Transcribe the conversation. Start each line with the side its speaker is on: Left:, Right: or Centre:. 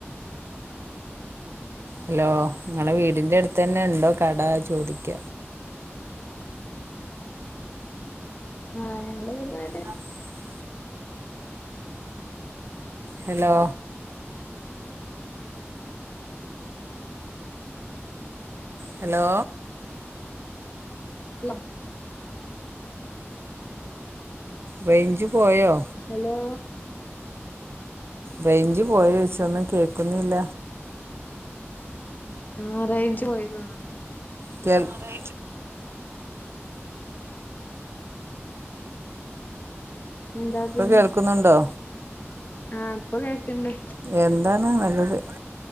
Right: ഹെലോ ഇങ്ങളെ വീടിന്റെട്തെന്നെ ഇണ്ടോ കടചോദിക്ക
Left: ആഹ് ഞങ്ങള് ഇവട്ന്നേരെ
Right: അഹ് ഹെലോ ഹെലോ
Left: ലോ
Right: റേയ്ഞ്ച്പോയോ?
Left: ഹെലോ
Right: റേയ്ഞ്ച് പോയോയ്ച്ച ഒന്നും കേൾക്കുന്നില്ല.
Left: ആഹ് റെയ്ഞ്ച് പോയിതോന്ന്ണ്.
Right: കേൾ ആഹ്
Left: എന്താ
Right: ഇപ്പൊ
Left: പിന്നെ
Right: കേൾക്കുന്നുണ്ടോ?
Left: ആഹ് ഇപ്പൊ കേൾക്ക്ണ്ട്.
Right: എന്താണ്ന്നല്ലെത്